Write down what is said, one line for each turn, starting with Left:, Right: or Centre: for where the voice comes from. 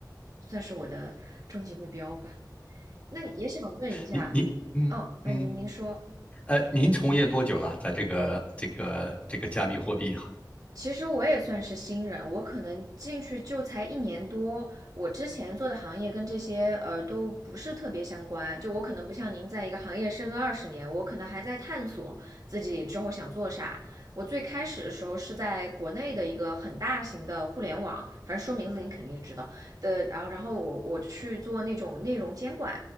Right: 算是我的终极目标吧。那你也想问一下，
Left: 您，您，嗯嗯，
Right: 哦，那您您说，
Left: 呃，您从业多久了？在这个这个这个加密货币？
Right: 其实我也算是新人，我可能进去就才一年多。我之前做的行业跟这些呃都不是特别相关，就我可能不像您在一个行业深耕二十年，我可能还在探索自己之后想做啥。我最开始的时候是在国内的一个很大型的互联网，反正说名字你肯定知道的，然后然后我我去做那种内容监管，